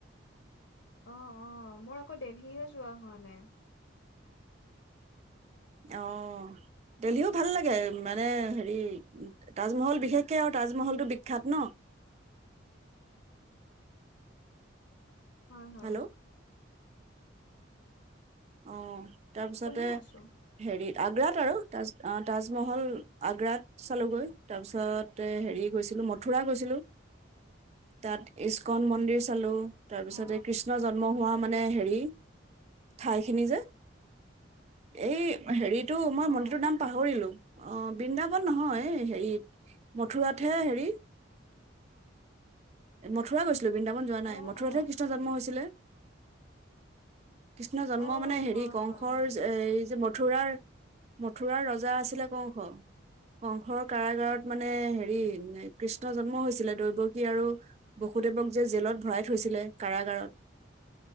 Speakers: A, on the left; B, on the right.
A: অ', অ', মোৰ আকৌ দেলহিহে যোৱা হোৱা নাই।
B: অ, দেলহিও ভাল লাগে মানে হেৰি তাজমহল বিশেষকে
A: ক'ত
B: আৰু তাজমহলটো বিখ্যাত ন'?
A: হয়-হয়।
B: হেল্ল' অ, তাৰপিছতে
A: শুনি আছো
B: হেৰিত আগ্ৰাত আৰু তাজ অ, তাজমহল আগ্ৰাত চালোগৈ তাৰপিছতে হেৰি গৈছিলোঁ মথুৰা গৈছিলোঁ। তাত ইস্কন মন্দিৰ চালোঁ তাৰ পিছতে
A: অ
B: কৃষ্ণ জন্ম হোৱা মানে হেৰি ঠাইখিনি যে এই হেৰিটো মই
A: অ
B: মন্দিৰটোৰ নাম পাহৰিলো অ, বৃন্দাবন নহয় হেৰিত মথুৰাতহে হেৰি এ মথুৰা গৈছিলোঁ বৃন্দাবন যোৱা নাই
A: অ
B: মথুৰাতহে
A: অ
B: কৃষ্ণ জন্ম হৈছিলে। কৃষ্ণ জন্ম
A: অ
B: মানে হেৰি
A: হয়
B: কংসৰ
A: হয়
B: এই যে মথুৰাৰ-মথুৰাৰ ৰজা আছিলে কওঁখ কংসৰ কাৰাগাৰত মানে হেৰি কৃষ্ণ জন্ম হৈছিলে দৈৱকী আৰু বসুদেৱক যে জেলত ভৰাই থৈছিলে কাৰাগাৰত